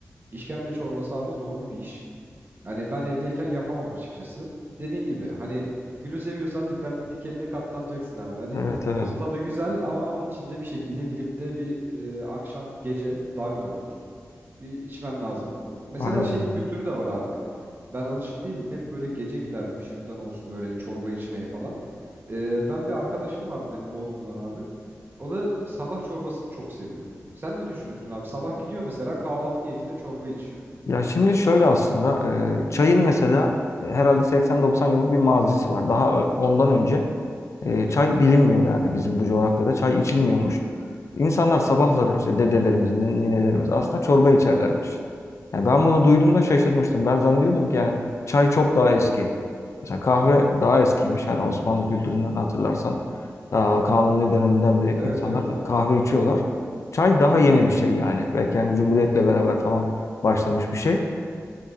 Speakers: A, on the right; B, on the left.
A: işkembe çorbası abi zorlu bir iş. Hani ben evdeyken yapamam açıkçası. Dediğin gibi hani gülü seviyorsan diken, dikenine katlanacaksın abi. Hani
B: Evet evet.
A: onun tadı güzel ama onun için de bir şekilde gidip de bir e, akşam gece daha güzel olur. Bir içmen lazım onu. Mesela
B: Aynen.
A: şey kültürü de var abi. Ben alışık değildim. Hep böyle gece giderdim şırdan olsun böyle çorba içmeye falan. Ee, ben bir arkadaşım vardı benim Bodrum'dan abi. O da sabah çorbasını çok seviyor. Sen ne düşünüyorsun abi? Sabah gidiyor mesela kahvaltı niyetine çorba içiyor.
B: Ya şimdi şöyle aslında e, çayın mesela herhalde 80-90 yıllık bir mazisi var. Daha ö- ondan önce E, çay bilinmiyor yani bizim bu coğrafyada. Çay içilmiyormuş. İnsanlar sabahları işte dedelerimiz, nin- ninelerimiz aslında çorba içerlermiş. Yani ben bunu duyduğumda şaşırmıştım. Ben zannediyordum ki yani çay çok daha eski. Mesela kahve daha eskiymiş. Hani Osmanlı kültüründen hatırlarsan daha Kanuni döneminden beri
A: Evet
B: insanlar
A: evet abi.
B: kahve içiyorlar. Çay daha yeni bir şey yani. Belki yani Cumhuriyet'le beraber falan başlamış bir şey.